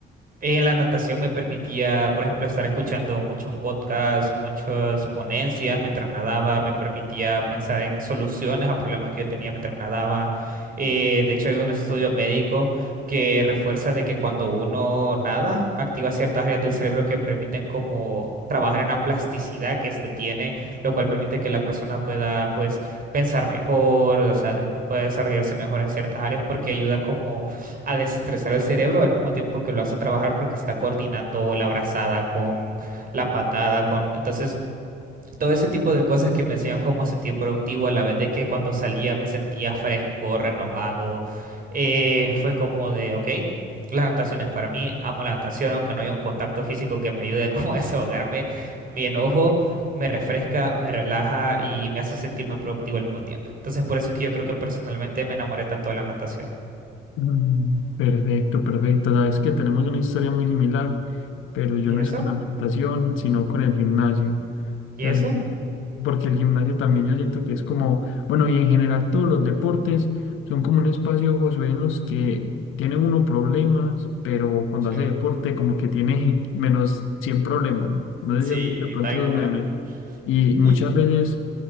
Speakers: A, on the right (about 45°); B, on the left (about 90°).
A: en la natación me permitía, por ejemplo, estar escuchando muchos podcasts, muchas ponencias mientras nadaba, me permitía pensar en soluciones a problemas que yo tenía mientras nadaba. Eh, de hecho, hay un estudio médico que refuerza de que cuando uno nada, activa ciertas áreas del cerebro que permiten como trabajar en la plasticidad que éste tiene, lo cual permite que la persona pueda, pues, pensar mejor, o sea, después pueda desarrollarse mejor en ciertas áreas porque ayuda como a desestresar el cerebro al mismo tiempo que lo hace trabajar porque está coordinando la brazada con la patada, con... Entonces, todo ese tipo de cosas que me hacían como sentir productivo a la vez de que cuando salía me sentía fresco, renovado, eh, fue como de, ok, la natación es para mí, amo la natación, aunque no haya un contacto físico que me ayude <laughs> como a desahogarme, mi enojo. Me refresca, me relaja y me hace sentirme productivo al mismo tiempo. Entonces, por eso es que yo creo que personalmente me enamoré tanto de la natación.
B: Mm, Perfecto, perfecto. Sabes que tenemos una historia muy similar, pero yo
A: ¿Y
B: no
A: eso?
B: es con la natación, sino con el gimnasio. O
A: ¿Y
B: sea,
A: eso?
B: el gim- porque el gimnasio también yo siento que es como, bueno, y en general todos los deportes son como un espacio, Josué, en los que tiene uno problemas, pero cuando
A: Sí,
B: hace deporte como que tiene <laughs> menos 100 problemas. No
A: sí,
B: sé si has visto de pronto
A: tal
B: esos
A: cual.
B: memes. Y muchas
A: Y...
B: veces